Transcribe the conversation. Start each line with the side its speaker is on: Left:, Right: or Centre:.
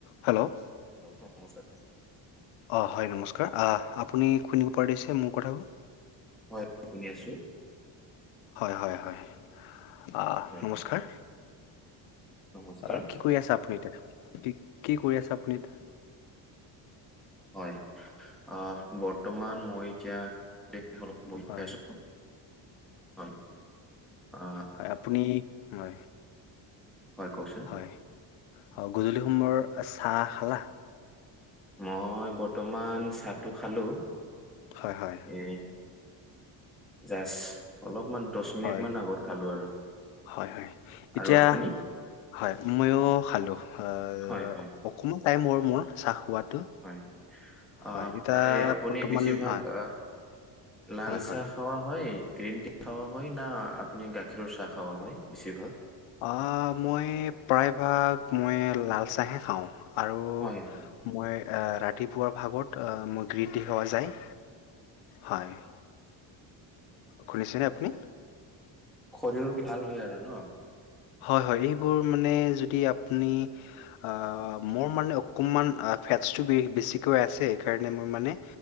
Left: হেল্ল'
Centre: হেল্ল' নমস্কাৰ
Left: অ হয় নমস্কাৰ আ আপুনি শুনিব পাৰিছে মোৰ কথাবোৰ।
Centre: হয় শুনি আছো।
Left: হয় হয় হয় আ
Centre: হয়।
Left: নমস্কাৰ।
Centre: নমস্কাৰ।
Left: অ কি কৰি আছে আপুনি এতিয়া কি কি কৰি আছে আপুনি এতিয়া
Centre: হয় অ বৰ্তমান মই এতিয়া। এই ক্ষন বহি
Left: হয়
Centre: আছো হয় অ।
Left: হয় আপুনি হয়।
Centre: হয় কওকচোন।
Left: হয় অ গধূলি সময়ৰ চাহ খালা।
Centre: মই বৰ্তমান চাহটো খালোঁ।
Left: হয় হয়।
Centre: এ জাষ্ট অলপমান দহ মিনিট
Left: হয়
Centre: মান আগত খালো আৰু।
Left: হয় হয় এতিয়া।
Centre: আৰু আপুনি
Left: হয় মইয়ো খালো আহ
Centre: হয় হয়
Left: অকমান টাইম হল মোৰ চাহ খোৱাটো
Centre: হয়
Left: হয়
Centre: আহ
Left: এতিয়া
Centre: প্ৰায় আপুনি
Left: বৰ্তমান
Centre: বেছিভাগ
Left: হয়
Centre: আহ লাল
Left: হয় হয়
Centre: চাহ। খোৱা হয় গ্ৰীণ টি খোৱা হয় না আপুনি গাখীৰৰ চাহ খোৱা হয় বেছিভাগ।
Left: অ', মই প্ৰায়ভাগ মই লাল চাহে খাওঁ, আৰু
Centre: হয় হয়
Left: মই এ ৰাতিপুৱাৰ ভাগত মই গ্ৰীণ টি খোৱা যায়। হয়। শুনিছেনে আপুনি?
Centre: শৰীৰ পিনে ভাল হয় আৰু ন?
Left: হয়, হয়, এইবোৰ মানে যদি আপুনি আ মোৰ মানে অকণমান ফেটছটো বেছিকৈ আছে। সেইকাৰণে মই মানে